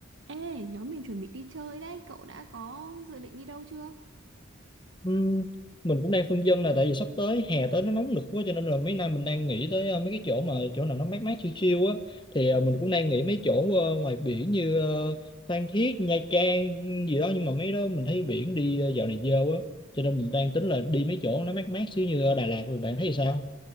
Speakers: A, on the right; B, on the left.
A: Ê, nhóm mình chuẩn bị đi chơi đấy, cậu đã có dự định đi đâu chưa?
B: Ừm, mình cũng đang phân vân là tại vì sắp tới hè tới nó nóng nực quá cho nên là mấy năm mình đang nghĩ tới ờ, mấy cái chỗ mà chỗ nào nó mát mát chill chill á thì ờ, mình cũng đang nghĩ mấy chỗ ờ, ngoài biển như ờ, Phan Thiết, Nha Trang gì đó nhưng mà mấy đó mình thấy biển đi ờ, dạo này dơ quá cho nên mình đang tính là đi mấy chỗ nó mát mát xíu như ờ, Đà Lạt rồi bạn thấy thì sao?